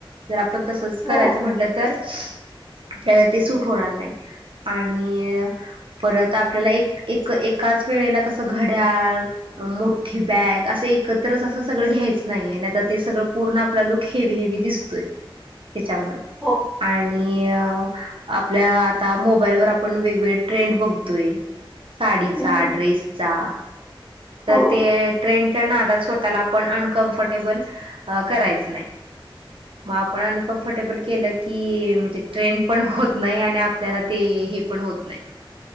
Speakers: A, on the right; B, in the centre.
A: जर आपण तसच
B: हो
A: करायचं म्हटलं तर आपल्याला, ते सूट होणार नाही, आणि परत आपल्याला एक, एक-एकाच वेळेला कसं, घड्याल अ मोठी बॅग, असं एकत्रच, असं सगळं घ्यायच नाहीये, नाहीतर ते सगळं पूर्ण आपला लूक, हेवी- हेवी दिसतोय, त्याच्यामु
B: हो.
A: आणि अ आपल्या आता, मोबाईलवर आपण, वेगवेगळे ट्रेंड बघतोय. साडीचा,
B: हम्म,
A: ड्रेसचा तर
B: हो
A: ते ट्रेनच्या नादात, स्वतःला आपण, अनकम्फर्टेबल अ करायचं नाही, मग आपण कंफर्टेबल केलं की म्हणजे ट्रेन्ड, पण होत नाही आणि आपल्याला ते, हे पण होत नाही.